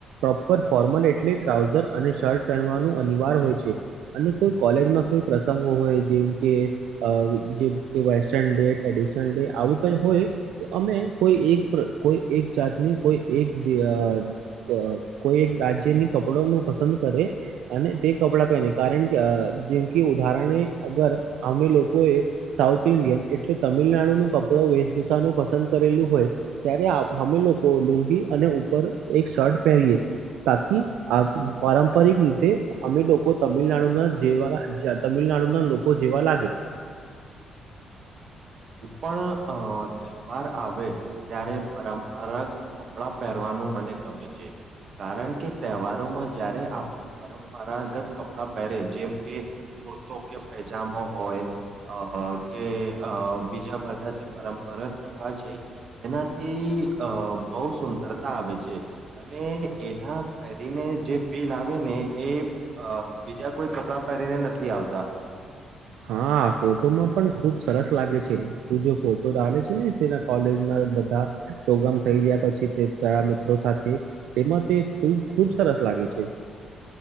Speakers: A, on the right (about 85°); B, on the right (about 55°).
A: પ્રોપર ફોર્મલ એટલે ટ્રાઉઝર અને શર્ટ પહેનવાનું અનિવાર હોય છે અને કોઈ કોલેજમાં કોઈ પ્રસંગો હોય જેમ કે કે જેમ વેસ્ટન ડે ટ્રેડિશનલ ડે આવું કઈ હોય તો અમે કોઈ એક કોઈ એક જાતની કોઈ એક કોઈ એક રાજ્યની કપડા નુ પસંદ કરે અને તે કપડા પહેને કારણ કે જેમ કે ઉદાહરણે અગર અમે લોકો એ સાઉથ ઇન્ડિયન એટલે તમિલનાડુ નું કપડો વેશભૂષા ન પસંદ કરેલું હો ત્યારે અમે લોકો લુંગી અને ઉપર એક શર્ટ પહેરીએ બાકી આ પારંપરિક રીતે અમે લોકો તમિલનાડુના જેવા તમિલનાડુના લોકો જેવા લાગે
B: હું પણ અ તહેવાર આવે ત્યારે પરંપરાગ કપડા પહેરવાનું મને ગમે છે કારણ કે તહેવારોમાં જયારે આપણે પરંપરાગત કપડા કપડા પહેરે જેમ કે કુર્તો કે પૈજામો હોય અ કે અ બી બીજા બધા જે પરંપગત કપડા છે એનાથી અ બહુ સુંદરતા આવે છે અને એના પહેરીને જે ફીલ આવે ને એ અ બીજા કોઈ કપડાં પહેરીને નથી આવતા
A: હા ફોટોમાં પણ ખુબ સરસ લાગે છે તું ફોટો રાડે છે ને તેના કોલેજ ના બધા પ્રોગ્રામ થાય ગયા પછી તે તાર મિત્રો સાથે તેમાં તે તું ખુબ સરસ લાગે છે <inaudible>